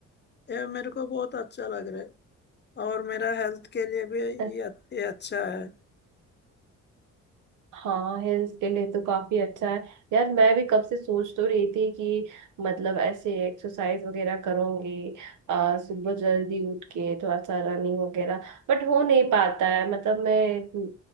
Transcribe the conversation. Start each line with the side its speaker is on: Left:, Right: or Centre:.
Left: ये मेरे को बहुत अच्छा लग रहा है और मेरा हेल्थ के लिए भी ये
Right: है
Left: ये अच्छा है
Right: हाँ हेल्थ के लिए तो काफी अच्छा है यार मैं भी कब से सोच तो रही थी कि मतलब ऐसे एक्सरसाइज वगैरह करूंगी आ, सुबह जल्दी उठ के थोड़ा सा रनिंग वगैरह बट हो नहीं पाता है मतलब मैं